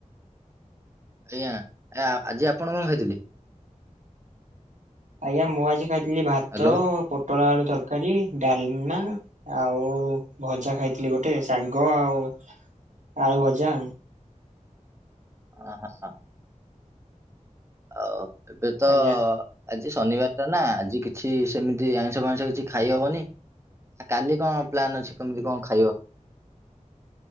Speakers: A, on the right; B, on the right.
A: ଆଜ୍ଞା ଆ ଆଜି ଆପଣ କଣ ଖାଇଥିଲେ?
B: ଆଜ୍ଞା ମୁଁ ଆଜି ଖାଇଥିଲି ଭାତ
A: ହ୍ୟାଲୋ
B: ପୋଟଳ ଆଳୁ ତରକାରୀ ଡାଲମା ଆଉ ଭଜା ଖାଇଥିଲି ଗୋଟେ ଶାଗ ଆଉ ଆଳୁ ଭଜା
A: ଓ ହ ହ ଆଉ ଏବେ ତ
B: ଆଜ୍ଞା।
A: ଆଜି ଶନିବାରଟା ନା ଆଜି କିଛି ସେମିତି ଆଇଁଷ ଫାଇଁଷ କିଛି ଖାଇହବନି କାଲି କଣ ପ୍ଲାନ୍ ଅଛି କେମିତି କଣ ଖାଇବ?